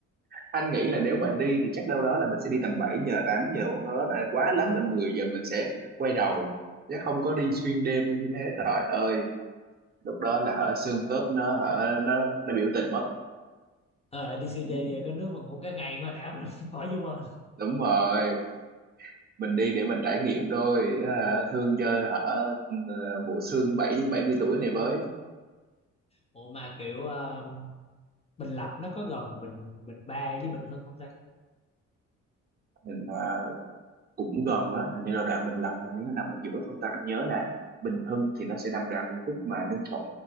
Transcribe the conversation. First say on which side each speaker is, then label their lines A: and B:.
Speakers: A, on the right; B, on the left.
A: anh nghĩ là nếu mà đi thì chắc đâu đó là mình sẽ đi tầm 7 giờ tám giờ đâu đó là quá lắm là 10 giờ mình sẽ quay đầu chứ không có đi xuyên đêm như thế trời ơi lúc đó là hả xương khớp nó hả nó nó biểu tình mất
B: ờ đi CT
A: Ừ,
B: về có nước mà ngủ cái ngày qua đảo <laughs> khỏi vô bờ
A: đúng rồi mình đi để mình trải nghiệm thôi hả, thương cho hả ờ, bộ xương bảy bảy mươi tuổi này với
B: ủa mà kiểu ờ, Bình Lập nó có gần Bình Bình Ba với Bình Hưng không ta
A: mình à, cũng gần á hình như là đoạn Bình Lập là hình như nó nằm ở giữa không ta anh nhớ là Bình Hưng thì nó sẽ nằm đoạn khúc mà Ninh Thuận